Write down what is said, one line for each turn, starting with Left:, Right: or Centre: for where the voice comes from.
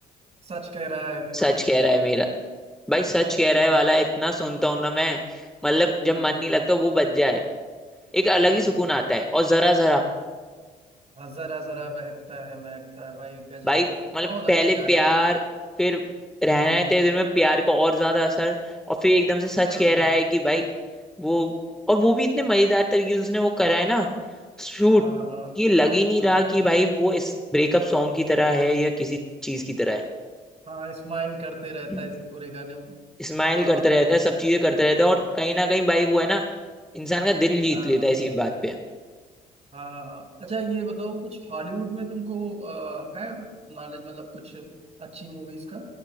Right: सच कह रहा है दीवाना
Centre: सच कह रहा है मेरा भाई सच
Right: हम्म
Centre: कह रहा है वाला इतना सुनता हूं ना मैं मतलब
Right: हम्म,
Centre: जब मन नहीं लगता वो बज जाए एक अलग
Right: हाँ
Centre: ही सुकून आता है और जरा जरा
Right: हाँ जरा जरा बहकता है महकता है भाई गजब
Centre: भाई मतलब
Right: बहुत अच्छे
Centre: पहले
Right: गाने
Centre: प्यार
Right: तो
Centre: फिर रहना
Right: हम्म
Centre: है तेरे दिल में प्यार का और ज्यादा असर और फिर एकदम से सच
Right: हाँ
Centre: कह रहा है कि भाई वो और वो भी इतने मजेदार तरीके से उसने वो करा है ना शूट
Right: हाँ हाँ
Centre: ये लग ही नहीं
Right: हाँ
Centre: रहा कि भाई वो इस ब्रेकअप सॉन्ग की तरह है या किसी चीज की तरह है
Right: हाँ स्माइल करते रहता
Centre: हम्म।
Right: है इस पूरे गाने में
Centre: स्माइल
Right: आ,
Centre: करता रहता है सब चीजें करता रहता है और
Right: हाँ
Centre: कहीं ना कहीं भाई वो है ना इंसान का दिल जीत
Right: हाँ
Centre: लेता है इसी बात पे
Right: हाँ अच्छा ये बताओ कुछ हॉलीवुड में तुमको आ, है नॉलेज मतलब कुछ अच्छी मूवीज का